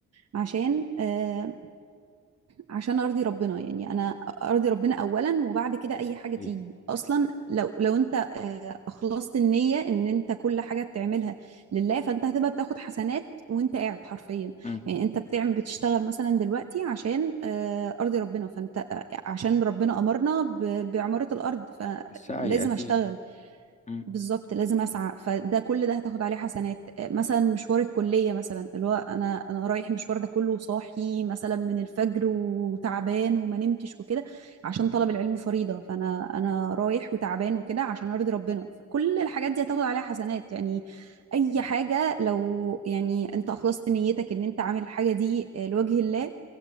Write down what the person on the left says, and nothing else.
أكيد.
مم.
بالسعي اكيد
مم.
أكيد.